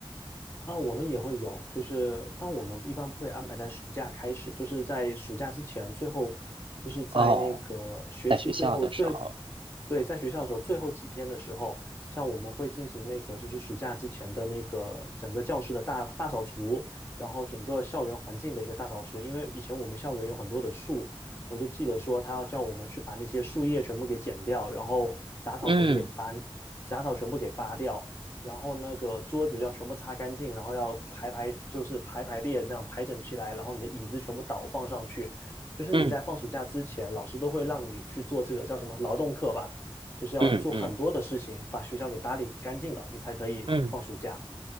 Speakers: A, on the left; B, on the right.
A: 啊，我们也会有，就是，但我们一般不会安排在暑假开始，就是在暑假之前，最后就是在那个学期最后最，
B: 哦，在学校的时候，
A: 对，在学校的时候最后几天的时候，像我们会进行那个就是暑假之前的那个整个教室的大大扫除，然后整个校园环境的一个大扫除，因为以前我们校园有很多的树，我就记得说他要叫我们去把那些树叶全部给剪掉，然后杂草全部给搬，
B: 嗯
A: 杂草全部给扒掉。然后那个桌子要全部擦干净，然后要排排，就是排排列那样排整齐来，然后你的椅子全部倒放上去。就是你在放暑假之前，
B: 嗯嗯
A: 老师都会让你去做这个叫什么劳动课吧，就是要做很多的事情，
B: 嗯嗯
A: 把学校给打理干净了，你才可以放暑假。
B: 嗯，